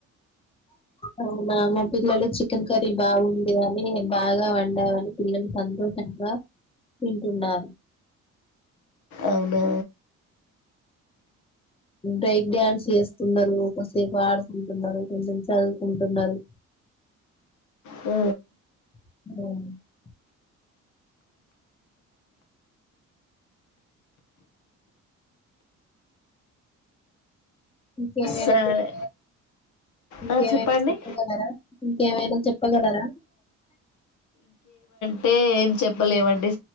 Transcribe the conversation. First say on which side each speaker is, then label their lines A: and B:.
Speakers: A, on the left (about 20°); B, on the left (about 75°).
A: అవునా మా పిల్లలు చికెన్ కర్రీ బాగుంది అని బాగా వండావని పిల్లలు సంతోషంగా తిన్నారు
B: అవునా
A: బ్రేక్ డ్యాన్స్ చేస్తున్నారు ఒకసేపు ఆడుకుంటున్నారు కొంచెం చదువుకుంటున్నారు
B: ఉ
A: అ ఇంకేవైనా
B: సరే
A: చె ఇంకేవైనా
B: ఆ, చెప్పండి
A: చెప్పగలరా ఇంకేవైనా చెప్పగలరా
B: అంటే ఏం చెప్పలేవండి